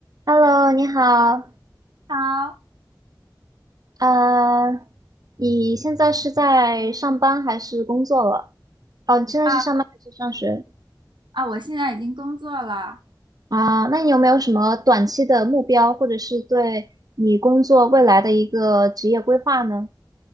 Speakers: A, on the right; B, on the right.
A: Hello，你好，
B: 好
A: 呃，你现在是在上班还是工作了？哦，你现在是上班还是上学？
B: 啊啊！我现在已经工作了
A: 啊，那你有没有什么短期的目标，或者是对你工作未来的一个职业规划呢？